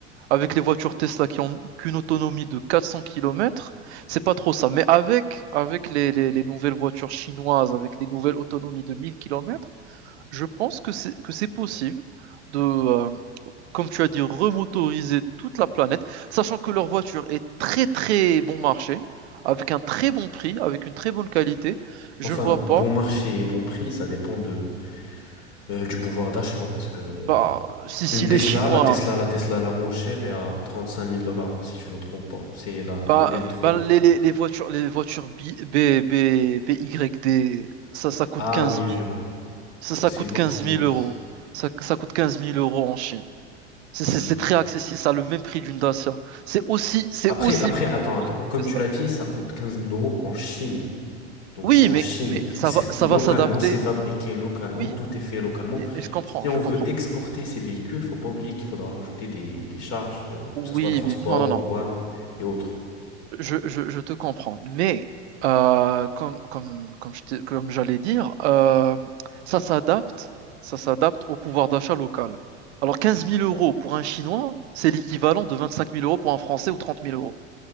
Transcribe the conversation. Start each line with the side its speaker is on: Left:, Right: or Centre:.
Right: avec les voitures Tesla qui ont qu'une autonomie de 400 kilomètres, c'est pas trop ça. Mais avec, avec les, les- les nouvelles voitures chinoises, avec les nouvelles autonomies de 1000 kilomètres, je pense que c'est, que c'est possible de, euh, comme tu as dit, remotoriser toute la planète, sachant que leur voiture est très très bon marché, avec un très bon prix, avec une très bonne qualité. Je
Left: Enfin,
Right: ne vois pas
Left: bon marché et bon prix, ça dépend de, euh, du pouvoir d'achat parce que euh,
Right: Bah, si,
Left: une
Right: si les
Left: Tesla,
Right: Chinois,
Left: la Tesla, la Tesla la moins chère est à trente cinq mille dollars, si je me trompe pas. C'est la
Right: bah,
Left: modèle 3.
Right: bah, les, les, les voitures, les voitures B, B, B, BYD, ça, ça coûte
Left: Ah
Right: quinze
Left: oui,
Right: mille
Left: je vois.
Right: ça, ça
Left: Ouais, C'est
Right: coûte
Left: une marque
Right: quinze
Left: chinoise.
Right: mille euros. Ça, ça coûte quinze mille euros en Chine. C'est
Left: Hmm.
Right: c'est- c'est très accessible, ça a le même prix d'une Dacia. C'est aussi, c'est
Left: Après,
Right: aussi
Left: après,
Right: bien
Left: attends, attends.
Right: qu'une
Left: Comme
Right: Tesla.
Left: tu l'as dit, ça coûte quinze mille euros en Chine. Donc
Right: Oui,
Left: c'est en
Right: mais,
Left: Chine,
Right: mais ça
Left: c'est
Right: va,
Left: fait
Right: ça
Left: localement,
Right: va s'adapter.
Left: c'est fabriqué localement,
Right: Oui,
Left: tout
Right: oui.
Left: est fait localement.
Right: Mais, mais je comprends,
Left: Si on
Right: je
Left: veut
Right: comprends.
Left: exporter ces véhicules, faut pas oublier qu'il faudra rajouter des, des charges, euh,
Right: Oui,
Left: que ce soit transport,
Right: mais non, non,
Left: douane
Right: non.
Left: et autres.
Right: Je, je, je te comprends, mais euh, comme, comme, comme je t'ai- comme j'allais dire, euh, ça s'adapte, ça s'adapte au pouvoir d'achat local. Alors 15 000 euros pour un Chinois, c'est l'équivalent de 25 000 euros pour un Français ou 30 000 euros.